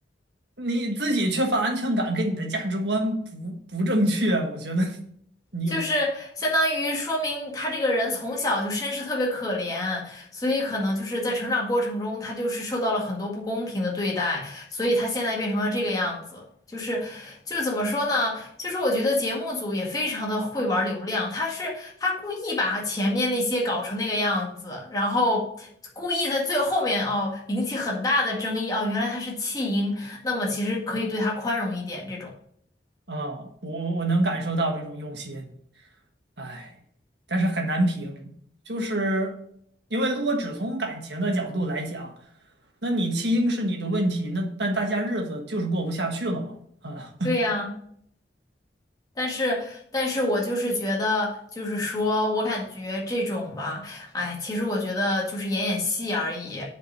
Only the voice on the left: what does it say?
就是相当于说明他这个人从小就身世特别可怜，所以可能就是在成长过程中，他就是受到了很多不公平的对待，所以他现在变成了这个样子。就是就是怎么说呢？就是我觉得节目组也非常的会玩流量，他是他故意把前面那些搞成那个样子，然后故意在最后面哦引起很大的争议哦，原来他是弃婴，那么其实可以对他宽容一点这种。
对呀、但是，但是我就是觉得，就是说我感觉这种吧，哎，其实我觉得就是演演戏而已，